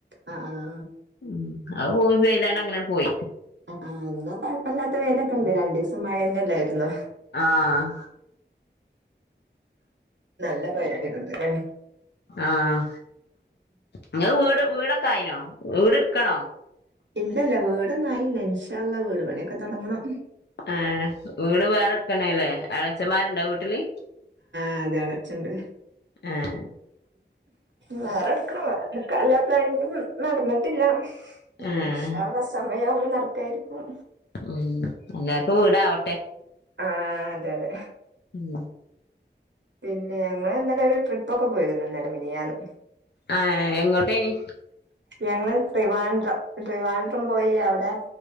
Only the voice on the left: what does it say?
ഉം അ <unintelligible> പെയ്താണ്ട് അങ്ങനങ്ങ് പോയി
ആഹ
ആഹ ഇങ്ങൾ വീട് വീടൊക്കെ ആയിനോ വീട് ഇട്ക്കണോ
ആഹ വീട് വേറെ ഇടുക്കണേല്ലേ എളച്ചന്മാരുണ്ടോ വീട്ടില്
എഹ്
ആഹ്
ഉം എല്ലാർക്കും വീടാവട്ടെ
ഉം
ആഹ എങ്ങോട്ടേനി